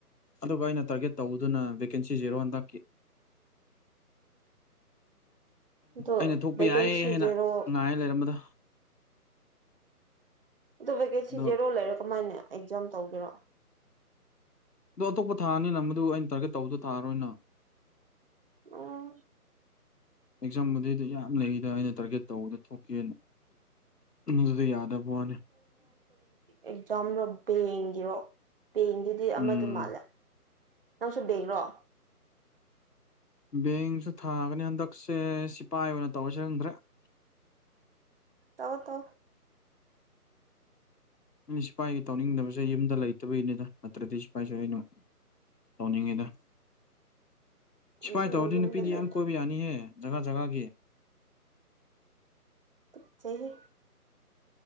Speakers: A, on the left; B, on the right.
A: ꯑꯗꯨꯒ ꯑꯩꯅ ꯇꯥꯔꯒꯦꯠ ꯇꯧꯗꯨꯅ ꯀ ꯀꯦꯟꯁꯤ ꯖꯦꯔꯣ ꯑꯟ ꯇꯀꯤ
B: ꯣ
A: ꯑꯩꯅ ꯊꯣꯛꯄ
B: ꯦꯀꯦꯟꯁꯤꯖꯩꯅꯣ
A: ꯌꯥꯏ ꯍꯥꯏꯅ ꯉꯥꯏ ꯂꯩꯔꯝꯕꯗꯣ
B: ꯑꯗꯣ ꯚꯦꯀꯦꯟꯁꯤ
A: ꯑꯗꯣ
B: ꯖꯦꯔꯣ ꯂꯩꯔꯦ ꯀꯃꯥꯏꯅꯦ ꯑꯦꯛꯖꯥꯝ ꯇꯧꯒꯦꯔꯣ
A: ꯑꯗꯣ ꯑꯇꯣꯞꯄ ꯊꯥ ꯑꯅ ꯃꯗꯨ ꯑꯩꯅ ꯇꯥꯔꯒꯦꯠ ꯇꯧꯗ ꯊꯥꯔꯣꯏꯅ
B: ꯎꯝ
A: ꯑꯦꯛꯖꯥꯝꯕꯨꯗꯤꯗ ꯌꯥꯝ ꯂꯩꯗ ꯑꯩꯅ ꯇꯥꯔꯒꯦꯠ ꯇꯧꯕꯗ ꯊꯣꯛꯀꯦꯅ ꯑꯗꯨ ꯑꯗꯨꯗ ꯌꯥꯗ ꯄꯅꯦ
B: ꯑꯦꯛꯖꯥꯝꯗꯣ ꯕꯦꯡꯒꯤꯔꯣ ꯕꯦꯡꯗꯨꯗꯤ ꯑꯃꯗ
A: ꯎꯝ
B: ꯃꯥꯜꯂꯦ ꯅꯪꯁꯨꯕꯦꯡꯔꯣ
A: ꯕꯦꯡꯁꯨ ꯊꯥꯒꯅꯤ ꯍꯟꯗꯛꯁꯦ ꯁꯤꯐꯥꯏ ꯑꯣꯏꯅ ꯇꯧꯔꯁ ꯈꯪꯗ꯭ꯔꯦ <unintelligible>
B: ꯇꯧ ꯇꯣ
A: ꯁꯤꯐꯥꯏꯒꯤ ꯇꯧꯅꯤꯡꯗꯕꯁꯦ ꯌꯨꯝꯗ ꯂꯩꯇꯕꯒꯤꯅꯤꯗ ꯅꯠꯇ꯭ꯔꯗꯤ ꯁꯤꯐꯥꯏꯁꯦ ꯑꯩꯅ ꯇꯧꯅꯤꯡꯉꯤꯗ ꯏꯐꯥꯏꯅ
B: ꯑꯗꯨꯅ
A: ꯇꯧꯔꯗꯤ
B: ꯌꯨꯝꯗ
A: ꯅꯨꯄꯤꯗꯤ
B: ꯂꯩ
A: ꯌꯥꯝ ꯀꯣꯏꯕ ꯌꯥꯅꯤꯍꯦ ꯖꯒꯥ ꯖꯒꯥꯒꯤ
B: ꯄꯆꯦ